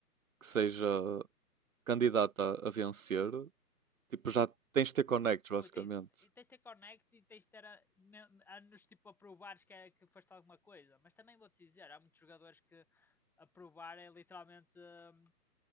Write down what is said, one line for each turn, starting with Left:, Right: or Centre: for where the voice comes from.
Right: que seja candidata a vencer, tipo, já tens de ter connects, basicamente.
Centre: Ui, tens, tens de ter connects e tens de ter a- me- anos tipo a provares que, é, que foste alguma coisa. Mas também vou-te dizer, há muitos jogadores que a provar é literalmente hum,